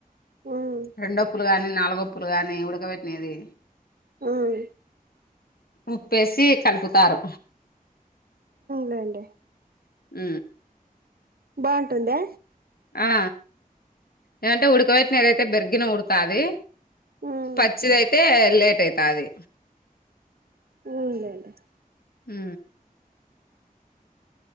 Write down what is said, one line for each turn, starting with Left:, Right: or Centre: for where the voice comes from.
Right: ఉమ్
Left: రెండో పుల్లగాని నాలుగో పుల్ల గాని నానబెట్టి ఉడకబెట్టినది
Right: ఉమ్
Left: ఉప్పేసి కలుపుతారు
Right: లేండి
Left: ఊ
Right: బాగుంటుంద
Left: ఆ ఏమంటే ఉడకబెట్టిన ఏదైతే బెర్గిన ఉడుకు తది
Right: ఉమ్
Left: పచ్చిదియితే లేట్ అయితాది
Right: ఉ లెండి
Left: ఉ